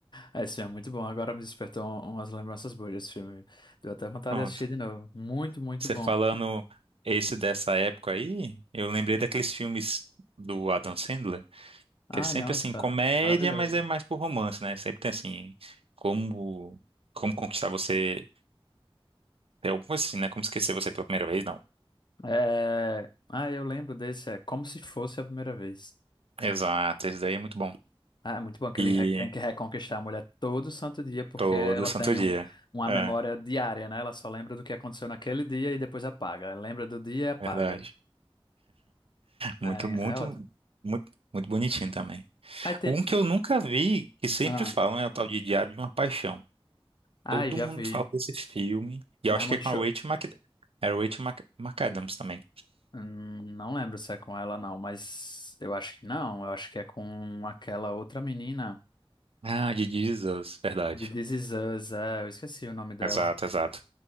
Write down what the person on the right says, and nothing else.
Pronto.
Você
falando esse dessa época aí, eu lembrei daqueles filmes do Adam Sandler,
que é sempre
assim, comédia,
mas é mais por romance, né? Sempre tem assim, como como conquistar você, é alguma coisa assim, né? Como esquecer você pela primeira vez, não.
Exato, esse daí é muito bom.
E
todo
santo
dia.
É,
verdade.
Muito, muito,
muito, muito bonitinho também.
Um que eu nunca vi, que sempre
falam, é o tal de Diário de uma Paixão.
Todo
mundo
fala desse filme. E
eu acho
que é com
a Rachel Mc... Era Rachel Mc... McAdams também.
Ah, de Jesus, verdade.
Exato, exato.